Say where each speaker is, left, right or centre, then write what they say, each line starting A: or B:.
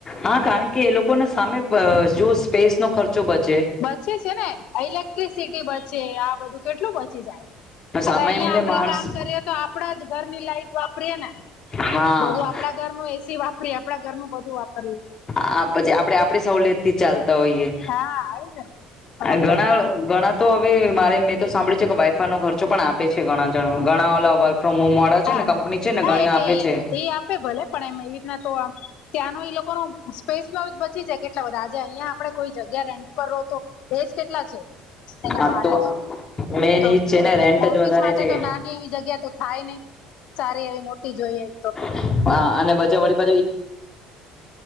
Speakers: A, on the left; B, on the left.
A: હા કારણ કે એ લોકો ના સામે અહહ જો સ્પેસ નો ખર્ચો બચચે
B: બચે છે ને ઇલેક્ટ્રિસિટી બચે આ બધું કેટલું બચી જાય. હવે
A: સામે
B: અહંયા
A: એમને
B: આપડે
A: માણસ
B: કામ કરીએ તો આપડા જ ઘરની લાઈટ વાપરીએ
A: હા
B: બધું આપડા ઘરનું એસી વાપરી આપડા ઘરનું બધું વાપરીએ
A: આ પછી આપડે આપડી સહુલિયત થી ચાલતા હોઈએ.
B: હા આવી છે ને ફરક
A: આ ઘણા
B: પડે
A: ઘણા તો હવે મારે મેં તો સાંભળ્યું છે કે વાઈફાઈ નો ખર્ચો પણ આપે છે ઘણા જણ ઘણા ઓલા વર્ક ફ્રોમ હોમ વાળા છે
B: હા
A: ને કંપની છે ને
B: હા
A: ઘણી
B: એટલે
A: આપે
B: એ
A: છે
B: એ આપે ભલે પણ એમ એવી રીતના તો આમ આનો એ લોકોનો સ્પેસનો શી છે કેટલા બધા આજે અહિયાં આપડે કોઈ જગ્યા રેન્ટ પર રહો તો એજ કેટલા છે. એના
A: આ
B: ભાડા
A: તો
B: જ
A: મેન
B: તો
A: ઈ જ છે ને રેન્ટ
B: ઓફિસ
A: જ વધારે
B: માટે
A: છે
B: તો નાની એવી જગ્યા તો થાય નઈ. સારી એવી મોટી જોઈએ. તો
A: <unintelligible> ગાડવા